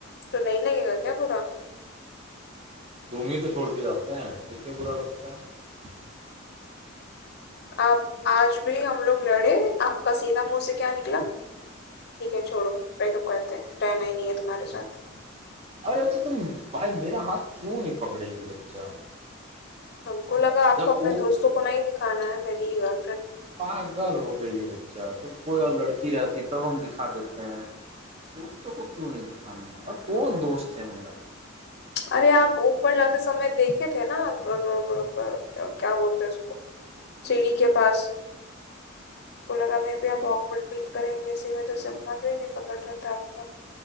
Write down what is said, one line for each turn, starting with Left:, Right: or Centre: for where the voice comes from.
Left: तो नं लगेगा क्या बुरा
Right: रूमी तऽ छोड़ के जाे है त क्यो बुरा लगता है
Left: आ आज भी हमलोग लड़े आपका सीधा मुँह से क्या निकला ठीक ह छोड़ो पेकअप करत है रहना ही नीै तुम्हारे साथ
Right: अरे तऽ तुम भाय मेेरा हाथ क्यो नहि पकड़ेगी बच्चा
Left: हमको लगा आपको
Right: जब
Left: अपने दोस्तो को नहि दिखाना मेरी ई ग
Right: प गल हो गई ह अच्छा तऽ कोइ आर लड़की रहती तब हम दिखा देते है दोस्तो को क्यं नहि दिखाना अ कौन दोस्त है मरा
Left: अरे आप ऊपर जाे समय देखेथे न क्या बोलतेै उसको सीरीी के पास
Right: <inaudible>
Left: को लगा में भी ऑकवर्ड फील करेंगे इसी वजह से मती न पकड़ रहतापक